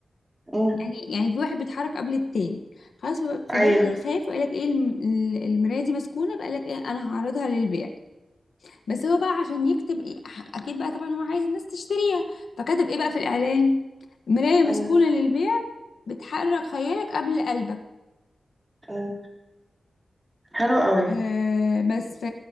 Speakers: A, on the right (about 15°); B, on the left (about 90°).
A: مم.
B: يعني يعني في واحد بيتحرك قبل التاني خلاص فب- فبدأ
A: ايوه
B: يخاف وقال لك ايه الم- ال- المراية دي مسكونة فقال لك ايه انا هعرضها للبيع بس هو بقى عشان يكتب إيه ح- اكيد بقى طبعا هو عايز الناس تشتريها فكتب ايه بقى في الاعلان مراية
A: مم.
B: مسكونة للبيع بتحرك خيالك قبل قلبك
A: مم. حلو قوي
B: آه بس ف